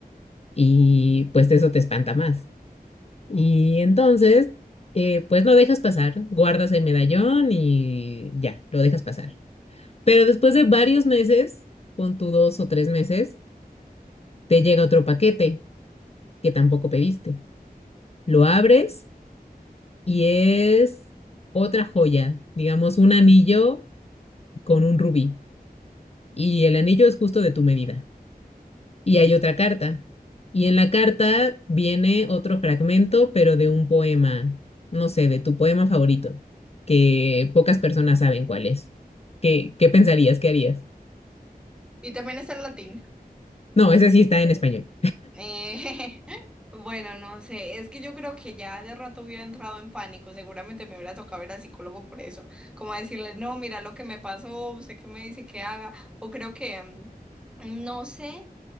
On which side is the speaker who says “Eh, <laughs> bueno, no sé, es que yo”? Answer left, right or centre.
Centre